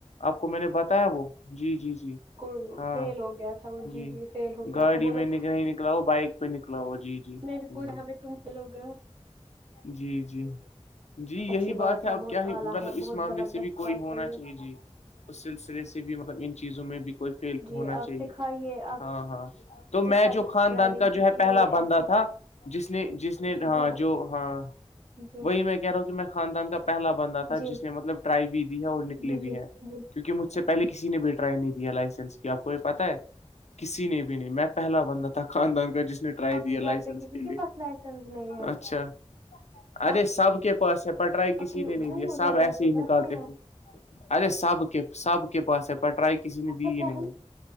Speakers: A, on the left (about 75°); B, on the right (about 50°).
A: آپ کو میں نے بتایا وہ جی جی جی
B: کو
A: ہاں
B: فیل ہو گیا تھا وہ
A: جی
B: فیل ہو گیا
A: گاڑی
B: تھا بولو
A: میں نہیں نکلا وہ بائک پہ نکلا ہو جی جی
B: میری
A: ہ
B: کوئی ہم <unintelligible>
A: جی جی جی یہی
B: اچھی
A: بات ہے اب
B: بہت
A: کیا ہی
B: اعلی
A: مطلب
B: ہے بہت
A: اس معاملے
B: زبردست
A: سے بھی کوئی
B: بات
A: ہونا
B: ہے
A: چاہیے
B: یہ
A: جی اس سلسلے سے بھی مطلب ان چیزوں میں بھی کوئی فیل
B: جی
A: ہونا
B: آپ
A: چاہیے
B: سکھائیے آپ
A: ہاں ہاں تو میں
B: سکھائیے
A: جو خاندان
B: ڈرائیونگ
A: کا
B: کیونکہ
A: جو ہے پہلا
B: یہ
A: بندہ
B: ایسی
A: تھا جس نے جس نے
B: چیز
A: ہاں
B: ہے
A: جو ہاں
B: جی
A: وہی میں کہہ رہا ہوں کہ میں خاندان کا پہلا بندہ تھا
B: جی
A: جس نے مطلب ٹرائی بھی دی ہے اور نکلی
B: جی جی
A: بھی
B: جی
A: ہے کیونکہ مجھ سے پہلے کسی نے بھی ٹرائی نہیں دیا لائسنس کی آپ کو یہ پتا ہے کسی نے بھی نہیں میں پہلا بندہ تھا خاندان کا جس نے
B: آپ کے
A: لسنس
B: گھر پہ کسی
A: کے لیے
B: پاس لائسنس نہیں ہے
A: اچھا ارے
B: آپ
A: سب کے پاس پٹرائی کسی
B: آپ کے
A: نے نہیں دیا
B: ازر
A: سب
B: بھائی
A: ایسے
B: کے
A: ہی
B: پاس
A: نکالتے
B: نہیں ہے
A: تھے ارے سب کے سب کے پاس ہے پٹرائی کسی نے
B: اچھا
A: دی ہی
B: پہلے
A: نہیں ہے